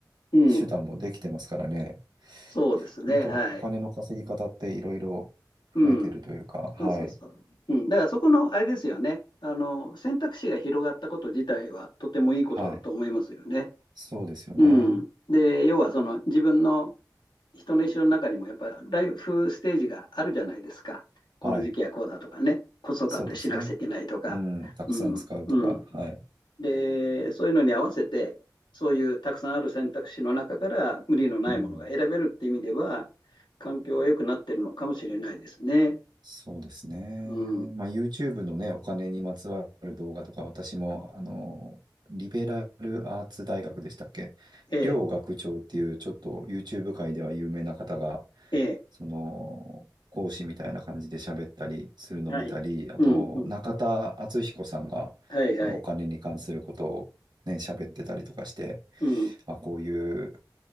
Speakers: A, on the left; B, on the right.
A: <laughs> うん。
B: 手段もできてますからね。
A: そうですね。
B: 本当お金の稼ぎ方っていろいろ増えてるというか、
A: はい。うん。
B: はい。
A: そうそうそう。うん。だからそこの、あれですよね。あの、選択肢が広がったこと自体はとてもいいことだと思いますよね。
B: はい。そうですよね。
A: うん。で、要はその自分の人の一生の中にもやっぱりライフステージがあるじゃないですか。この時期はこうだとかね。
B: はい。
A: 子育てしなくちゃいけないとか。
B: そうですね。うん。たくさん使うとか。
A: うん。うん。
B: はい。
A: で、そういうのに合わせて、そういうたくさんある選択肢の中から無理のないものが選べるって意味では、
B: うん。
A: 環境は良くなってるのかもしれないですね。
B: そうですね。
A: うん。
B: まあ、YouTube のね、お金にまつわる動画とか、私も、あの、リベラルアーツ大学でしたっけ両学長っていう、
A: ええ、
B: ちょっと YouTube 界では有名な方が、
A: ええ、
B: その、講師みたいな感じで喋ったりするのを見たり、
A: はい。
B: あと、
A: うん、うん。
B: 中田敦彦さんが、
A: はいはい。
B: そのお金に関することをね、喋ってたりとかして、
A: うん、
B: あ、こういう